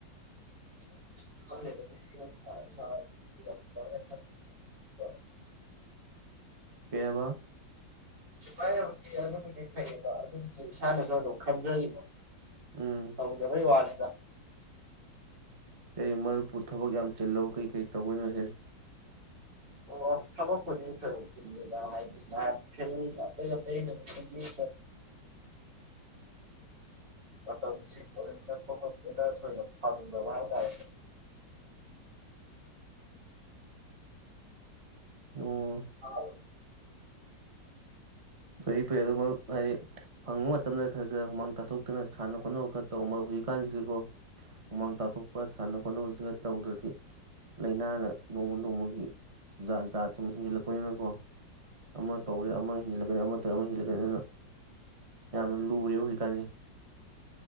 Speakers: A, on the right; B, on the right.
A: <unintelligible>
B: ꯀꯩ ꯍꯥꯕ
A: ꯍꯧ ꯑꯗꯨꯕꯨꯗꯤ ꯂꯩꯩꯌꯦꯕ ꯑꯗꯨꯕꯨꯗꯤ ꯏꯁꯥꯅꯁꯨ ꯑꯗꯨꯝ ꯈꯟꯖꯔꯤꯕ
B: ꯎꯝ
A: ꯇꯧꯗꯕꯩ ꯋꯥꯅꯤ <unintelligible>
B: ꯀꯔꯤ ꯃꯔꯨꯞꯄꯨ ꯊꯕꯛ ꯌꯥꯝ ꯆꯤꯜꯂꯥꯕꯥ ꯀꯔꯤ ꯀꯔꯤ ꯇꯧꯕꯩꯅꫭ ꯍꯥꯏꯁꯤ
A: ꯑꯣ ꯊꯕꯛꯄꯨꯗꯤ ꯊꯣꯏꯅꯣꯛ ꯆꯤꯟꯗꯦꯗ ꯍꯥꯏꯗꯤ ꯉꯥꯏꯍꯈꯩ ꯑꯇꯩ ꯑꯇꯩ ꯅꯨꯃꯤ ꯃꯇꯝꯁꯤ ꯀꯣꯔꯦꯟ ꯆꯠꯄ ꯈꯣꯄꯗ ꯊꯣꯏꯅ ꯐꯪꯗꯕ ꯍꯥꯏꯇꯥꯔꯦ
B: ꯑꯣ
A: ꯑꯥꯎ
B: ꯐꯩ ꯐꯩ ꯑꯗꯨ ꯃꯔꯨꯞ ꯍꯥꯏꯗꯤ ꯐꯪꯕ ꯃꯇꯝꯗ ꯈꯔ ꯈꯔ ꯍꯨꯃꯥꯡ ꯇꯥꯊꯣꯛꯇꯅ ꯁꯥꯟꯅ ꯈꯣꯠꯅꯕ ꯈꯔ ꯇꯧ ꯃꯔ ꯍꯧꯖꯤꯛꯀꯥꯟꯁꯤꯗꯤꯀꯣ ꯍꯨꯃꯥꯡ ꯇꯥꯊꯣꯛꯄ ꯁꯥꯟꯅ ꯈꯣꯠꯅꯕꯁꯤ ꯈꯔ ꯇꯧꯗ꯭ꯔꯗꯤ ꯂꯥꯏꯅꯥꯅ ꯅꯣꯡꯃ ꯅꯣꯡꯃꯒꯤ ꯖꯥꯠ ꯖꯥꯠ ꯁꯨꯝ ꯍꯦꯟꯖꯜꯂꯛꯄꯅꯤꯅꯀꯣ ꯑꯃ ꯇꯧꯔꯦ ꯑꯃ ꯍꯦꯟꯖꯜꯂꯛ ꯑꯃꯠꯇ ꯑꯃ ꯍꯦꯟꯁꯤꯜꯂꯛꯀꯅꯤ ꯑꯗꯨꯅ ꯌꯥꯝꯅ ꯂꯨꯔꯦꯕ ꯍꯧꯖꯤꯛꯀꯥꯟꯁꯦ